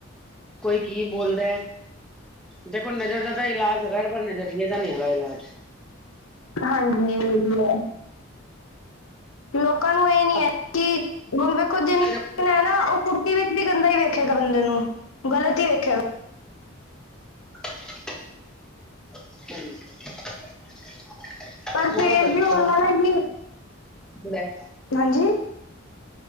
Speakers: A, in the centre; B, on the left.
A: ਕੋਈ ਕੀ ਬੋਲਦਾ। ਦੇਖੋ ਨਜ਼ਰ ਦਾ ਇਲਾਜ ਹੇਗਾ ਪਰ ਨਜ਼ਰੀਏ ਦਾ ਨਹੀ ਹੇਗਾ।
B: ਹਾਂਜੀ ਵਧੀਆ ਲੋਕਾਂ ਨੂੰ ਇਹ ਨੀ
A: ਆਪਾਂ
B: ਹੈ ਕਿ ਹੁਣ ਵੇਖੋ ਜਿੰਨ
A: ਰੱਖੋ
B: ਹੈ ਨਾ ਉਹ ਵਿੱਚ ਵੀ ਗੰਦਾ ਹੀ ਵੇਖੇਗਾ ਬੰਦੇ ਨੂੰ ਗ਼ਲਤ ਹੀ ਵੇਖੇਗਾ।
A: <inaudible>
B: ਪਰ
A: ਹੋਰ
B: ਫੇਰ
A: ਦੱਸੋ
B: ਵੀ ਉਹਨਾਂ ਨਾ ਕਿ
A: ਬੈ
B: ਹਾਂਜੀ